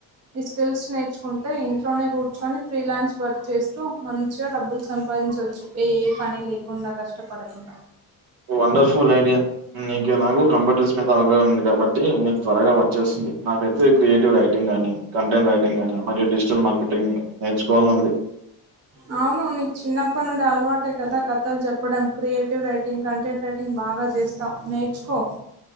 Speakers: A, on the right; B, on the right.
A: ఈ స్కిల్స్ నేర్చుకుంటే ఇంట్లోనే కూర్చొని ఫ్రీలాన్స్ వర్క్ చేస్తూ మంచిగ డబ్బుల్ సంపాదించచ్చు. ఏ ఏ పని లే ఉండ కష్టపడకుండ
B: వండర్ఫుల్ ఐడియా నీకేమగు కంప్యూటర్స్ మీద అవగాహన ఉంది కాబట్టి నీకు త్వరగా వచ్చేస్తుంది. నాకైతే క్రియేటివ్ రైటింగ్ గానీ, కంటెంట్ రైటింగ్ గానీ, మరియు డిజిటల్ మార్కెటింగ్ నేర్చుకోవాలన్ ఉంది.
A: ఆ అవును నీకు చిన్నప్పనుండి అలవాటే కదా కథాలు చెప్పడం క్రియేటివ్ రైటింగ్ కంటెంట్ రైటింగ్ బా బాగా చేస్తావ్ నేర్చుకో